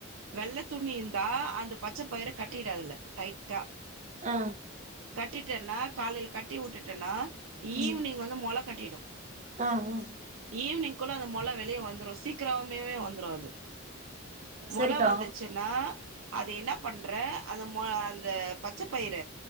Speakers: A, on the right (about 85°); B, on the right (about 35°).
A: வெள்ள துணி இருந்தா அந்த பச்ச பயிர கட்டிடு அதுல டைட்டா
B: ஆ
A: கட்டிட்டன்னா காலைல கட்டி உட்டுட்டன்னா ஈவ்னிங்
B: ம்
A: வந்து மொள கட்டிடும்
B: ஆ ம்
A: ஈவினிங் கொள்ள அந்த மொள வெளிய வந்துரு சீக்கிரமாவே வந்துரு அது
B: செரிக்கா
A: மொல வந்துச்சு நா அது என்ன பண்ற அந்த மொ அந்த பச்ச பயிற